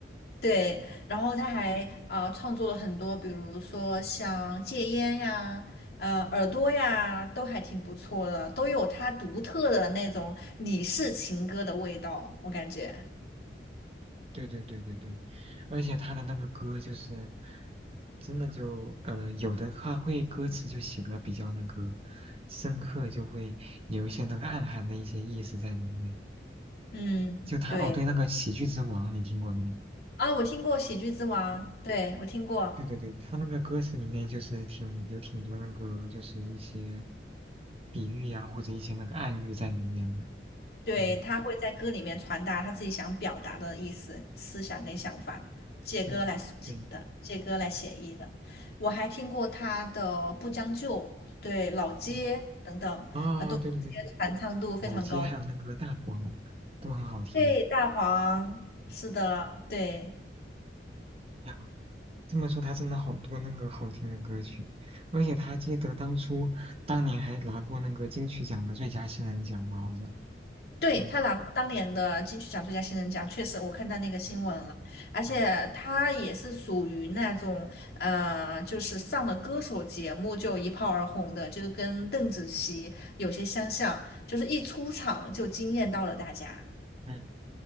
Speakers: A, on the left (about 60°); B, on the right (about 35°).
A: 对，然后他还啊、呃创作了很多，比如说像戒烟呀、呃耳朵呀，都还挺不错的，都有他独特的那种李氏情歌的味道，我感觉。
B: 对对对对对，而且他的那个歌就是，真的就，呃，有的他会歌词就写的比较那个深刻，就会有一些那个暗含的一些意思在里面。
A: 嗯，
B: 就他，
A: 对
B: 哦，对，那个《喜剧之王》你听过没？
A: 啊，我听过《喜剧之王》，对我听过。
B: 对对对，他那个歌词里面就是挺有挺多那个就是一些比喻呀、或者一些那个暗喻在里面的。
A: 对，
B: 嗯
A: 他会在歌里面传达他自己想表达的意思、思想跟想法，借歌来抒情的，
B: 嗯，对，
A: 借歌来写意的。我还听过他的《不将就》、对《老街》等等，
B: 嗯啊，对对对，
A: 这些传唱度非常高的。
B: 老街还有那个大黄都很好听。
A: 对，大黄，
B: 嗯。
A: 是的，对。
B: 哎呀这么说，他真的好多那个好听的歌曲，而且他记得当初当年还拿过那个金曲奖的最佳新人奖吧，好像。
A: 对，
B: 嗯
A: 他拿过当年的金曲奖最佳新人奖，确实我看到那个新闻了，
B: 嗯
A: 而且他也是属于那种，
B: 嗯
A: 呃，就是上了歌手节目就一炮而红的，就跟邓紫棋有些相像，就是一出场就惊艳到了大家。
B: 嗯